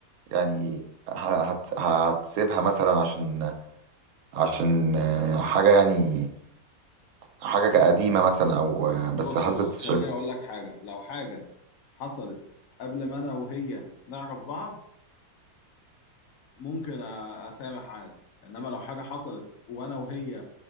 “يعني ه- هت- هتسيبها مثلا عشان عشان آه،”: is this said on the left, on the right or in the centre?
Right